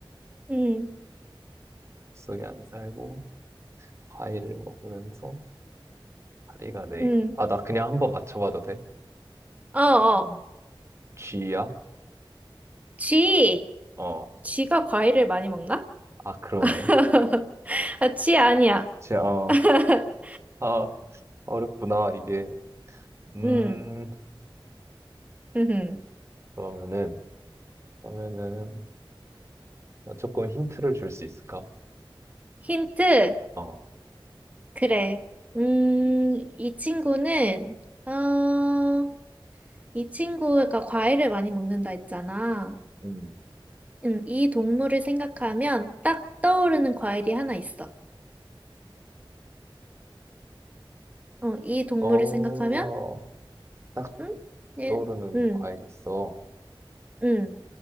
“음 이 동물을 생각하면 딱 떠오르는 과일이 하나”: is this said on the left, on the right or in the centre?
Right